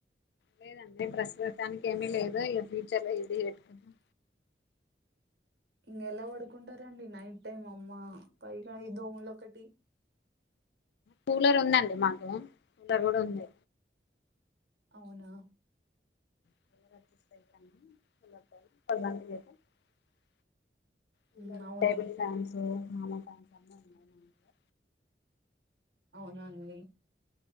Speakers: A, on the left (about 70°); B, on the right (about 70°).
A: లేదండి ప్రస్తుతానికి ఏమీ లేదు ఇక ఫ్యూచర్ లో ఇది పెట్టుకున్నా
B: మీరెలా పడుకుంటారండి నైట్ టైం అమ్మా పైగా ఈ దోమలొకటి
A: కూలర్ ఉందండి మాకు కూలర్ కూడా ఉంది
B: అవునా
A: <unintelligible> పిల్లలు
B: ఉమ్ అవునా
A: టేబుల్ ఫ్యాన్స్ కామాన్ ఫ్యాన్స్ అన్నీ ఉన్నాయ్ మన ఇంట్లో
B: అవున అండీ